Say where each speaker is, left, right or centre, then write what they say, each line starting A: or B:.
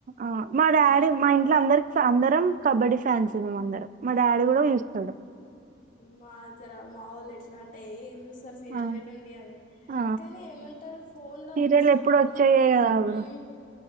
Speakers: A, on the right (about 45°); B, on the left (about 45°).
A: ఆ మా డాడీ మా ఇంట్లో అందరి అందరం కబడ్డీ ఫ్యాన్స్ మము అందరం మా డాడీ గూడా జూస్తడు
B: మాజరా మావోల్లెట్లంటే సారి సీరియల్
A: ఆ,
B: బయట్ ఉండి అని
A: ఆ.
B: కానీ ఏమంటారు ఫోన్ లో
A: సీరియల్
B: చూసినంత
A: ఎప్పుడు వచ్చాయే కదా బ్రో
B: ఈ